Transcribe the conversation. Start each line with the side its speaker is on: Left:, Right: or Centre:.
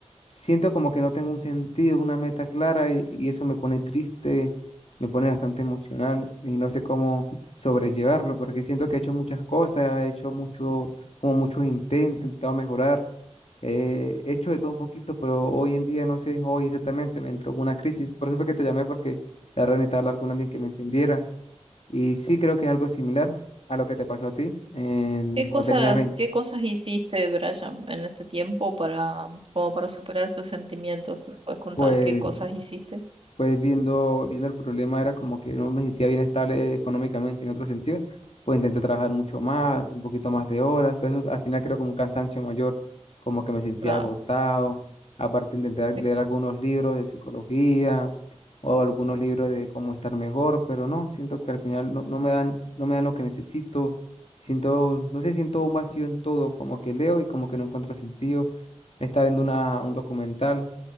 Left: Siento como que no tengo un sentido, una meta clara y, y eso me pone triste, me pone bastante emocional y no sé cómo sobrellevarlo porque siento que he hecho muchas cosas, he hecho mucho, como muchos intentos, he intentado mejorar, eh, he hecho de todo un poquito, pero hoy en día no sé, hoy exactamente me entró una crisis. Por eso fue que te llamé porque la verdad necesitaba hablar con alguien que me entendiera y sí creo que es algo similar a lo que te pasó a ti en,
Right: ¿Qué cosas,
Left: cuando tenías 20.
Right: qué cosas hiciste, Brian, en este tiempo para, como para superar estos sentimientos? ¿Me puedes contar
Left: Pues
Right: qué cosas hiciste?
Left: pues viendo, viendo el problema era como que no me sentía bien estable económicamente en otro sentido, pues intenté trabajar mucho más, un poquito más de horas, pero eso al final creo como un cansancio mayor, como que me sentía
Right: Claro.
Left: agotado, aparte intenté leer
Right: te-
Left: algunos libros de psicología o algunos libros de cómo estar mejor, pero no, siento que al final no, no me dan, no me dan lo que necesito, siento, no sé, siento un vacío en todo, como que leo y como que no encuentro sentido, estaba viendo una, un documental